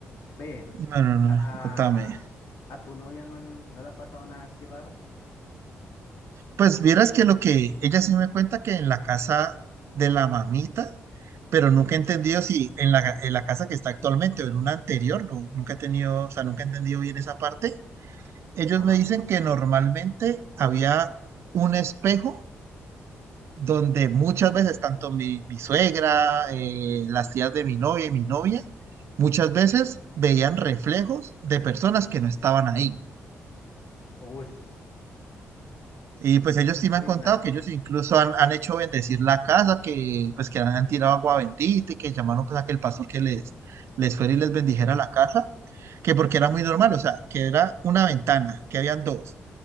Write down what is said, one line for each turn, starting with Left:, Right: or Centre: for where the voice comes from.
Left: Ve,
Right: No, no, no,
Left: a,
Right: contame.
Left: a tu novia no, le- no le ha pasado nada así raro.
Right: Pues vieras que lo que ella sí me cuenta que en la casa de la mamita, pero nunca he entendido si en la, en la casa que está actualmente o en una anterior, no- nunca he tenido, o sea, nunca he entendido bien esa parte. Ellos
Left: Ajá.
Right: me dicen que normalmente había un espejo donde muchas veces tanto mi, mi suegra, eh, las tías de mi novia y mi novia, muchas veces veían reflejos de personas que no estaban ahí.
Left: Uy,
Right: Y pues ellos sí me
Left: uy,
Right: han contado
Left: nah.
Right: que ellos incluso han, han hecho bendecir la casa, que pues que han tirado agua bendita y que llamaron pues a que el pastor que les, les fuera y les bendijera la casa, que porque era muy normal, o sea, que era una ventana, que habían dos.